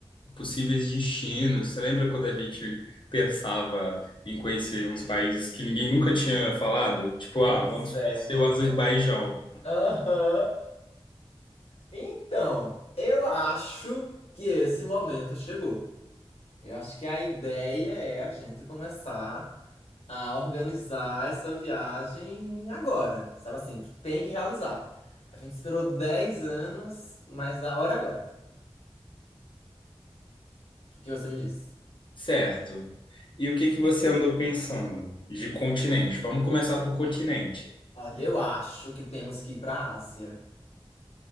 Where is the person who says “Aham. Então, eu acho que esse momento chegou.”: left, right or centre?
Left